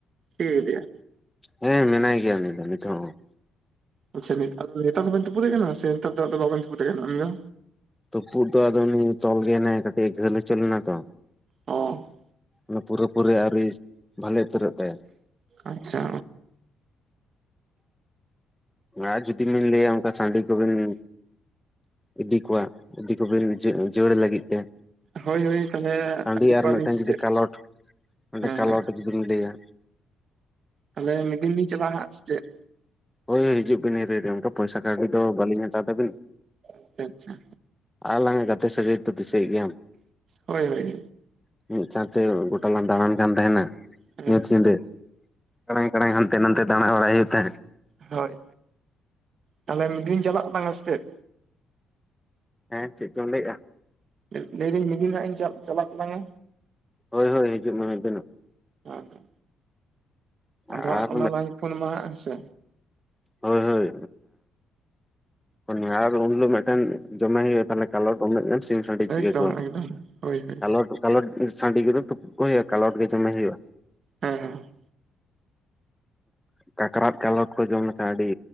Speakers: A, on the right; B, in the centre.
A: ᱤᱭᱟᱹ ᱠᱮᱫᱮᱭᱟ
B: ᱦᱮᱸ ᱢᱮᱱᱟᱭ ᱜᱮᱭᱟ ᱩᱱᱤ ᱫᱚ ᱱᱤᱛᱚᱜ ᱦᱚᱸ
A: ᱟᱪᱪᱷᱟ ᱱᱮᱛᱟᱨ ᱫᱚ ᱵᱮᱱ ᱛᱩᱯᱩᱫ ᱮ ᱠᱟᱱᱟ ᱥᱮ ᱱᱮᱛᱟᱨ ᱫᱚ ᱟᱫᱚ ᱵᱟᱹᱵᱮᱱ ᱛᱩᱯᱩᱫ ᱮ ᱠᱟᱱᱟ ᱩᱱᱤ ᱫᱚ
B: ᱛᱩᱯᱩᱫ ᱫᱚ ᱟᱫᱚ ᱩᱱᱤ ᱛᱚᱞ ᱜᱮ ᱦᱮᱱᱟᱭᱟ ᱠᱟᱹᱴᱤᱡ ᱜᱷᱟᱹᱞ ᱦᱚᱪᱚ ᱞᱮᱱᱟ ᱛᱚ
A: ᱚᱻ
B: ᱚᱱᱟ ᱯᱩᱨᱟᱹ ᱯᱩᱨᱤ ᱟᱹᱣᱨᱤ ᱵᱷᱟᱞᱮ ᱩᱛᱟᱹᱨᱚᱜ ᱛᱟᱭᱟ
A: ᱟᱪᱪᱷᱟ
B: ᱟᱨ ᱡᱩᱫᱤ ᱵᱤᱱ ᱞᱟᱹᱭᱟ ᱚᱱᱠᱟ ᱥᱟᱺᱰᱤ ᱠᱚ ᱵᱤᱱ ᱤᱫᱤ ᱠᱚᱣᱟ ᱤᱫᱤ ᱠᱚ ᱵᱮᱱ ᱡᱚᱲ ᱞᱟᱹᱜᱤᱫ ᱛᱮ
A: ᱦᱚᱭ ᱦᱩᱭ ᱟᱠᱟᱱ ᱜᱮᱭᱟ
B: ᱥᱟᱺᱰᱤ
A: ᱟᱹᱜᱩ
B: ᱟᱨ
A: ᱠᱚᱣᱟ
B: ᱢᱤᱫᱴᱟᱝ
A: ᱞᱤᱧ ᱥᱮ
B: ᱡᱩᱫᱤ
A: ᱪᱮᱫ
B: ᱠᱟᱞᱚᱴ ᱢᱤᱫᱴᱮᱱ
A: ᱦᱮᱸ ᱮᱱᱠᱷᱟᱱ
B: ᱠᱟᱞᱚᱴ ᱡᱩᱫᱤᱢ ᱞᱟᱹᱭᱟ
A: ᱟᱹᱞᱤᱧᱟᱜ ᱧᱩᱛᱩᱢ ᱫᱚ ᱪᱟᱞᱟᱜᱼᱟ ᱥᱮ ᱪᱮᱫ
B: ᱦᱚᱭ ᱦᱤᱡᱩᱜ ᱵᱤᱱ ᱚᱱᱠᱟ ᱯᱚᱭᱥᱟ ᱠᱟᱹᱣᱰᱤ ᱫᱚ ᱵᱟᱹᱞᱤᱧ ᱦᱟᱛᱟᱣ ᱛᱟᱹᱵᱤᱱ
A: ᱟᱪᱪᱷᱟ ᱟᱪᱪᱷᱟ
B: <unintelligible> ᱟᱞᱟᱝᱼᱟ ᱜᱟᱛᱮ ᱥᱟᱹᱜᱟᱹᱭ ᱫᱚ ᱫᱤᱥᱟᱹᱭ ᱵᱮᱱ
A: ᱦᱳᱭ ᱦᱳᱭ
B: <unintelligible> ᱛᱮ ᱜᱚᱴᱟ ᱞᱟᱝ ᱫᱟᱬᱟᱱ ᱠᱟᱱ ᱛᱟᱦᱮᱱᱟ
A: ᱦᱮᱸ
B: ᱧᱩᱛ ᱧᱤᱫᱟᱹ ᱠᱟᱲᱟᱝ ᱠᱟᱲᱟᱝ ᱦᱟᱱᱛᱮ ᱱᱟᱱᱛᱮ ᱫᱟᱲᱟ ᱵᱟᱲᱟᱭ ᱦᱩᱭᱩᱜ ᱛᱟᱦᱮᱸᱜ
A: ᱦᱚᱭ ᱛᱟᱦᱚᱞᱮ ᱢᱤᱫ ᱫᱤᱱ ᱪᱟᱞᱟᱜ ᱛᱟᱞᱟᱝᱼᱟ ᱥᱮ ᱪᱮᱫ
B: ᱦᱮᱸ ᱪᱮᱫ ᱪᱚᱢ ᱞᱟᱹᱭᱮᱜᱼᱟ
A: ᱞᱟᱹᱭ ᱮᱫᱟᱹᱧ ᱢᱮᱫ ᱫᱤᱱ ᱦᱟᱸᱜ ᱤᱧ ᱪᱟᱜ ᱪᱟᱞᱟᱜ ᱛᱟᱞᱟᱝᱼᱟ
B: ᱦᱚᱭ ᱦᱚᱭ ᱦᱤᱡᱩᱜ ᱢᱮ ᱢᱮᱫ ᱫᱤᱱ ᱱᱚᱜ
A: ᱦᱮᱸ ᱦᱮᱸ
B: ᱟᱨ
A: ᱟᱫᱚ ᱦᱟᱸᱜ ᱚᱱᱟ ᱞᱟᱦᱟᱧ ᱯᱷᱳᱱ ᱟᱢᱟ ᱦᱟᱸᱜ ᱦᱮᱸ ᱥᱮ
B: ᱦᱳᱭ ᱦᱳᱭ ᱚᱱᱠᱟ <unintelligible> ᱢᱤᱫᱴᱮᱱ ᱡᱚᱢᱮᱱ ᱦᱩᱭᱩᱜᱼᱟ <unintelligible>
A: ᱮᱠᱫᱚᱢ ᱮᱠᱫᱚᱢ ᱦᱳᱭ ᱦᱳᱭ
B: ᱠᱟᱞᱚᱴ ᱥᱟᱺᱰᱤ ᱠᱚᱫᱚ ᱛᱩᱯᱩᱫ ᱠᱚ ᱦᱩᱭᱩᱜᱼᱟ ᱠᱟᱞᱚᱴ ᱜᱮ ᱡᱚᱢᱮ ᱦᱩᱭᱩᱜᱼᱟ
A: ᱦᱮᱸ ᱦᱮᱸ
B: ᱠᱟᱠᱨᱟᱛ ᱠᱟᱞᱚᱴ ᱠᱚ ᱡᱚᱢᱮ ᱟᱰᱤ